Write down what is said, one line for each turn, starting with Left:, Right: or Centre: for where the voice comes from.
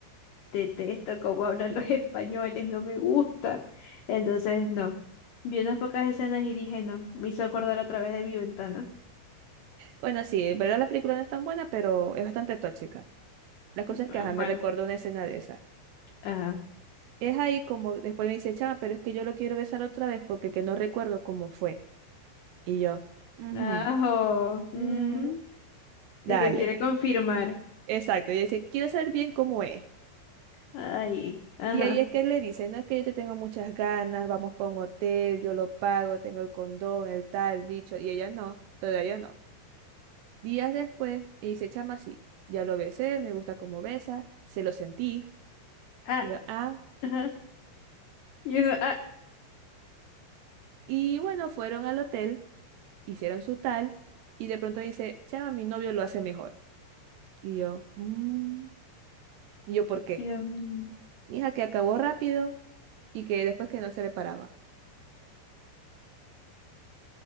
Left: Detesto cómo hablan los <laughs> españoles, no me gusta. Entonces, no. Vi unas pocas escenas y dije, no, me hizo acordar a través de mi ventana.
Right: Bueno, sí, en verdad la película no es tan buena, pero es bastante tóxica. La cosa
Left: Eh,
Right: es que ajá,
Left: Bueno,
Right: me recuerdo una escena de esa.
Left: ajá.
Right: Es ahí como después me dice, chama, pero es que yo lo quiero besar otra vez porque que no recuerdo cómo fue. Y yo, mhm,
Left: Ajo. mm,
Right: mhm, dale.
Left: ¿y qué quiere confirmar?
Right: Exacto. Y dice, quiero saber bien cómo es.
Left: Ay, ajá,
Right: Y ahí es que él le dice, no es que yo te tengo muchas ganas, vamos para un hotel, yo lo pago, tengo el condón, el tal, el bicho. Y ella no, todavía no. Días después, me dice, chama, sí, ya lo besé, me gusta cómo besa, se lo sentí.
Left: ah,
Right: Y yo, ah,
Left: ajá. Y uno, ah,
Right: y bueno, fueron al hotel, hicieron su tal, y de pronto me dice, chama, mi novio lo hace mejor. Y yo, "Mm". Y yo, ¿por qué?
Left: y uno, mm.
Right: Mija, que acabó rápido y que después que no se le paraba.